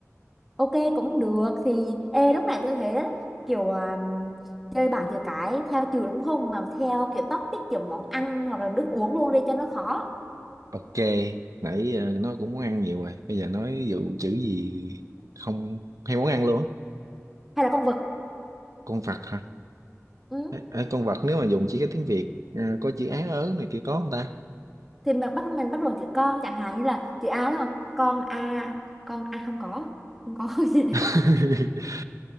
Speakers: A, in the centre; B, on the right (about 85°).
A: Ok cũng được thì ê lúc này tôi thấy đó, kiểu à, chơi bảng chữ cái theo chữ đúng không mà theo kiểu topic kiểu món ăn hoặc là nước uống luôn đi cho nó khó.
B: Ok, nãy ờ, nó cũng món ăn nhiều rồi. Bây giờ nói dụ chữ gì không hay món ăn luôn. á.
A: Hay là con vật.
B: Con vật hả?
A: Ừ.
B: Ờ, ờ, con vật nếu mà dùng chỉ cái tiếng Việt ờ, có chữ á ớ này kia có không ta?
A: Thì mình bắt mình bắt đầu chữ con chẳng hạn như là chữ A đúng không? Con A, con A không có. Không có <laughs> gì đấy.
B: <laughs>